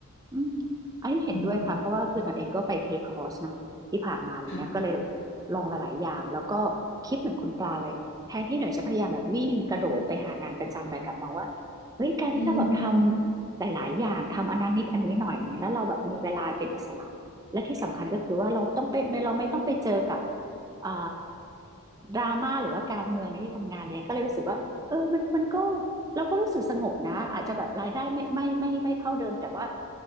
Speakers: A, on the right; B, on the left.
A: อืมอันนี้เห็นด้วยค่ะเพราะว่าคือหนันเองก็ไปเทคคอร์สนะที่ผ่านมาอะไรเงี้ยก็เลยแบบลองหลายๆอย่างแล้วก็
B: อืมค่ะ
A: คิดเหมือนคุณปลาเลยแทนที่หน่อยจะพยายามแบบวิ่งกระโดดไปหางานประจำอะไรกลับมองว่าเฮ้ยการที่เราแบบทำหลายๆอย่างทำอันนั้นนิดอันนี้หน่อยอะไรเงี้ยแล้วเราแบบมีเวลาเป็นอิสระและที่สำคัญก็คือว่าเราต้องเป็นเราไม่ต้องไปเจอกับ
B: อืม
A: อ่าดราม่าหรือว่าการเมืองในที่ทำงานเลยก็เลยรู้สึกว่าเออมันมันก็ เราก็รู้สึกสงบนะอาจจะแบบรายได้ไม่ไม่ไม่ไม่เท่าเดิมแต่ว่า